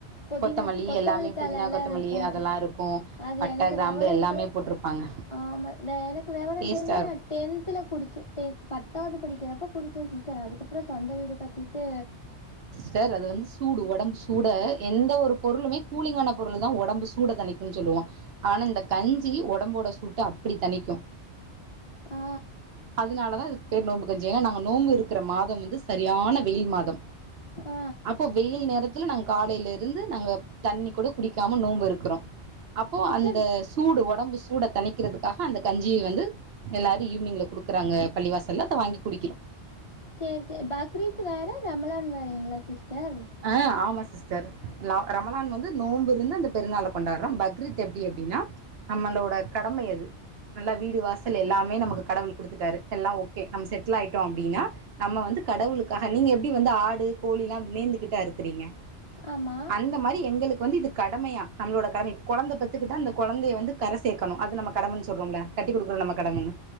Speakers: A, on the left (about 30°); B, on the right (about 65°).
A: புதினா
B: கொத்தமல்லி
A: கொத்தமல்லித்தாள
B: எல்லாமே புதினா
A: எல்லா
B: கொத்தமல்லி
A: இருக்கு
B: அதெல்லா இருக்கு
A: அது
B: பட்ட
A: எனக்கு
B: கிராம்பு
A: விவர
B: எல்லாமே
A: தெ
B: போட்ருப்பாங்க
A: ஆமா எனக்கு விவர
B: டேஸ்ட்டா
A: தெரிஞ்சு
B: இருக்கு
A: நா டென்துல குடிச்சு டெ பத்தாது படிக்கிறப்ப குடிச்ச சிஸ்டர் அதுக் அப்புற சொந்த வீடு கட்டிட்டு
B: டர் அது வந்து சூடு ஒடம்பு சூட எந்த ஒரு பொருளுமே கூலிங்கான பொருள தா ஒடம்பு சூட தனிக்கும் சொல்லுவா ஆனா இந்த கஞ்சி ஒடம்போட சூட்ட அப்படி தணிக்கும்
A: ஆ
B: அதனாலதா இதுக்கு பேர் நோம்பு கஞ்சி என்னா நாங்க நோம்பு இருக்கிற மாதம் வந்து சரியான வெயில் மாதம்
A: ஆ
B: அப்போ வெயில் நேரத்துல நாங்க காலையில இருந்து நாங்க தண்ணி கூட குடிக்காம நோன்பு இருக்குறோ அப்போ
A: சிஸ்டர்
B: அந்த சூடு ஒட ஒடம்பு சூட தணிக்கிறதுக்காக அந்த கஞ்சிய வந்து எல்லாரு ஈவினிங்ல குடுக்குறாங்க பள்ளிவாசல்ல அத வாங்கி குடிக்கிறோ
A: சரி சரி பக்ரீத் வேற ரமலான் வேற எங்களா சிஸ்டர்
B: ஆ ஆமா சிஸ்டர் லா ரமலான் வந்து நோம்பு இருந்து அந்த பெருநாள கொண்டாடுறோ பக்ரீத் எப்டி அப்டின்னா நம்மளோட கடம அது நல்லா வீடு வாசல் எல்லாமே நமக்கு கடவுள் குடுத்துட்டாரு எல்லா ஓகே நம்ம செட்டில் ஆயிட்டோ அப்படின்னா நம்ம வந்து கடவுளுக்காக நீங்க எப்டி வந்து ஆடு கோழி எல்லாம் நேந்துகிட்டா அருக்கிறீங்க
A: ஆமாம்
B: அந்த மாதிரி எங்களுக் வந்து இது கடமையா நம்மளடமை இப்ப குழந்தை பத்துக்கிட்டா அந்த குழந்தைய வந்து கரை சேர்க்கணும் அது நம்ம கடமைன்ன சொறோம்ல கட்டி கொடுக்குறோ நம்ம கடமன்னு